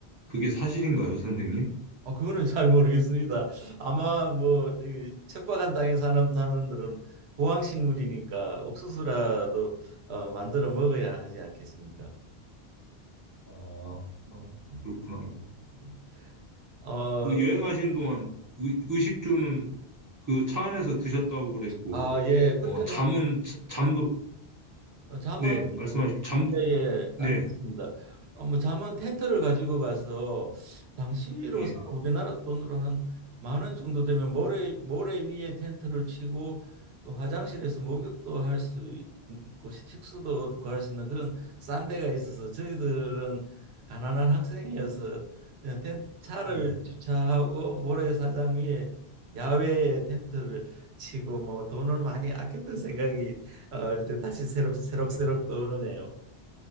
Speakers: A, on the right; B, on the right.
A: 그게 사실인가요, 선생님?
B: 어, 그거는 잘 모르겠습니다. 아마 뭐 이, 척박한 땅에 사는 사람들은 고황식물이니까 옥수수라도 어, 만들어 먹어야 하지 않겠습니까?
A: 아, 어,
B: 예.
A: 그렇구나.
B: 네. 어,
A: 그 여행하신 동안 의, 의식주는 그 차 안에서 드셨다고 그랬고,
B: 아, 예. 그때는
A: 어, 잠은,
B: 학-
A: 자- 잠도,
B: 잠은
A: 네, 말씀하십시오. 잠, 도
B: 예, 예, 예.
A: 네,
B: 알겠습니다. 어, 뭐 잠은 텐트를 가지고 가서 당시로서
A: 예,
B: 우리나라 돈으로 한 만 원 정도 되면 모래 모래 위에 텐트를 치고 또 화장실에서 목욕도 할 수 있고 식수도 구할 수 있는 그런 싼 데가 있어서 저희들은 가난한 학생이어서 그냥 텐, 차를
A: 예,
B: 주차하고 모래사장 위에 야외에 텐트를 치고 뭐 돈을 많이 아꼈던 생각이 어, 이제 다시 새록 새록새록
A: 예.
B: 떠오르네요.